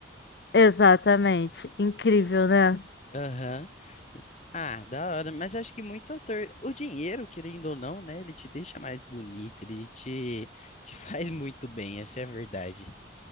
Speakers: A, on the left; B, on the left.
A: Exatamente. Incrível, né?
B: Aham. E- Ah, da hora. Mas eu acho que muito ator. O dinheiro, querendo ou não, né? Ele te deixa mais bonito, ele te, te <laughs> faz muito bem, essa é a verdade.